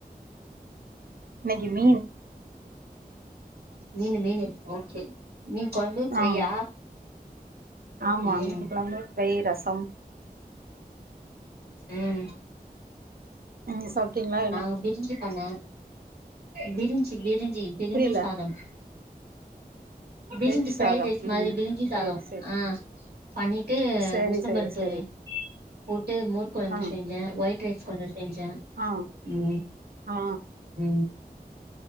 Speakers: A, on the right; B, on the right.
A: இன்னைக்கி மீன்
B: மீனு மீனு ஒகே மீன்கொழம்பு ஃப்ரையா
A: ஆ ஆமா
B: ம்
A: மீன் கொழம்பு ஃபிரை ரசம்
B: ம்
A: நீங்க சாப்டீங்களா
B: நாங்க பிரிஞ்சு பண்ணே பிரிஞ்சி பிரிஞ்சி பிரிஞ்சி
A: புரியல
B: சாதம் பிரிஞ்சி
A: வெஜ்
B: ஃபிரைட்
A: சாதம்
B: ரைஸ் மாரி
A: ம்
B: பிரிஞ்சி சாதம்
A: சேரி சேரி
B: அ பண்ணிட்டு
A: சேரி
B: உளுந்தபருப்பு
A: சேரி சேரி
B: போட்டு மோர் கொழம்பு
A: ஆ
B: செஞ்சே ஒய் ஒயிட் ரைஸ் கொஞ்சோ செஞ்ஜே
A: ஆ
B: ம்
A: ஆ
B: ம்